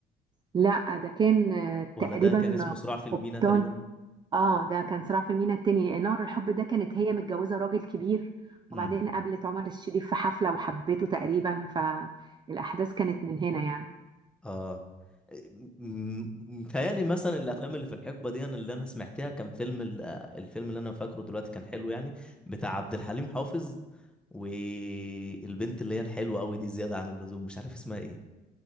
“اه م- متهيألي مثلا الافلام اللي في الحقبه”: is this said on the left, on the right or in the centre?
Centre